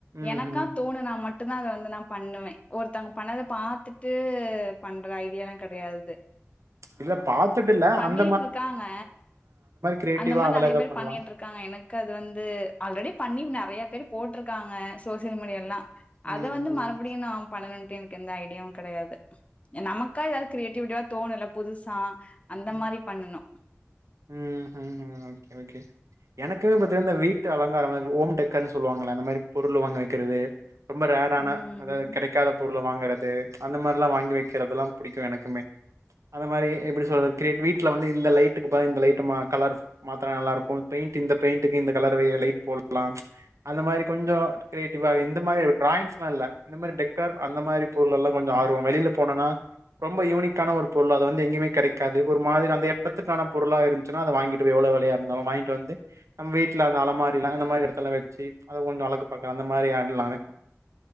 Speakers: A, on the right; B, on the left.
A: ம்ஹ்ம்.
B: எனக்காத் தோணுனா மட் மட்டுதா அதை வந்து நான் பண்ணுவேன். ஒருத்தவங் பண்ணதை பாத்துட்டு பண்ற ஐடியாலா கிடையாது.
A: இல்ல பாத்துட்டில்ல அந்
B: பண்ணிட்ருக்காங்க
A: கிரியேட்டிவா
B: அந்த மாரி
A: அதெல்லாம்
B: நெறைய
A: எதா
B: பேரு
A: பண்ணலாம்.
B: பண்ணிட்ருக்காங்க எனக்கு அது வந்து ஆல்ரெடி பண்ணி நெறைய பேரு போட்டுருக்காங்க சோசியல் மீடியால்லா அது
A: ம்,
B: வந்து
A: ம்,
B: மறுபடியு நா பண்ணணுன் டு எனக்கு எந்த ஐடியாவு கெடையாது நமக்கா எதாது கிரியேடிவிட்டியா தோணுல்ல புதுசா அந்த
A: ம்.
B: மாரி பண்ணனு
A: ம்ஹ்ம். Okay, okay. எனக்குமே பாத்தாந்த வீட்டு அலங்காரம் ஓம் டெக்கர்னு சொல்லுவாங்கல்ல அந்த மாரி பொருள் வாங்க வக்கிறது ரொம்ப ரேரான
B: ம்.
A: அதாவது கெடைக்காத பொருள வாங்குற து அந்த மாரியெல்லா வாங்கி வக்கிறதுலா புடிக்கு எனக்குமே, அந்த மாரி எப்புடி சொல்ற கிரேட் வீட்ல வந்து இந்த லைட்டுக்கு ப இந்த லைட்டு மா கலர் மாத்துனா நல்லா இருக்கும், பெயிண்ட்டு இந்த பெயிண்ட்டுக்கு இந்த கலர் லைட் போல்லா, ப்ச் அந்த மாரி கொஞ்சொ கிரியேட்டிவா இந்த மாரி டிராயிங்ஸ்ல்லா இல்ல இந்த மாரி டெக்கார் அந்த மாரி பொருளெல்லா கொஞ்சொ ஆர்வொ வெளில போனனா ரொம்ப யூனிக் கான ஒரு பொருள் அத வந்து எங்கயுமே கெடைக் காது ஒரு மாதிரி அந்த எடத்துக்கான பொருளா இருந்ச்சுன்னா அத வாங்கிட்டு் வ எவ்ளொ வெலயா இருந்தாலு வாயின்ட்டு வந்து நம் வீட்ல அந்த அலமாறில அந்த மாரி எடத்துல வச்சி அத கொஞ்சொ அழகு பாக்க அந்த மாரி ஆள் நானு